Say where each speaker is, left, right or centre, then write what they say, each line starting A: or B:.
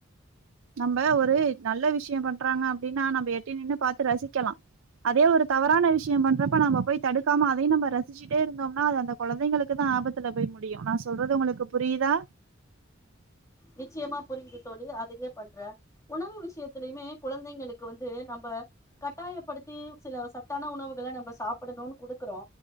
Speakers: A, on the right; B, on the left.
A: நம்ம ஒரு நல்ல விஷயம் பண்றாங்க அப்டின்னா நம்ப எட்டி நின்னு பாத்து ரசிக்கலா அதே ஒரு தவறான விஷயம் பண்றப்ப நம்ப போய் தடுக்காம அதையு நம்ப ரசிச்சிட்டே இருந்தோம்னா அது அந்த குழந்தைங்களுக்கு தா ஆபத்துல போய் முடியு நா சொல்றது உங்ளுக்கு புரியுதா
B: நிச்சயமா புரியுது தோழி அதையே பண்றே உணவு விஷயத்துலயுமே குழந்தைங்களுக்கு வந்து நம்ப கட்டாயப்படுத்தி சில சத்தான உணவுகள நம்ப சாப்டணுனு குடுக்குறோ